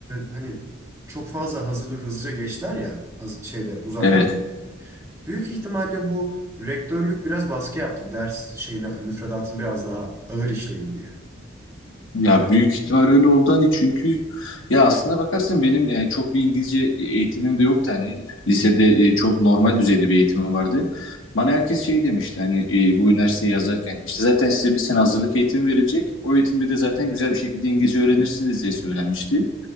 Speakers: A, on the right (about 15°); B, on the left (about 85°).
A: hani çok fazla hazırlığı hızlıca geçtiler ya haz- şeyde uzaktan.
B: Evet.
A: Büyük ihtimalle bu rektörlük biraz baskı yaptı ders şeyine müfredatın biraz daha ağır işleyin diye.
B: Ya büyük ihtimal öyle oldu hani çünkü ya aslına bakarsın benim e, çok bir İngilizce eğitimim de yoktu hani lisede e, çok normal düzeyde bir eğitimim vardı. Bana herkes şey demişti hani e, bu üniversiteyi yazarken işte zaten size bir sene hazırlık eğitimi verilecek. O eğitimde de zaten güzel bir şekilde İngilizce öğrenirsiniz diye söylenmişti.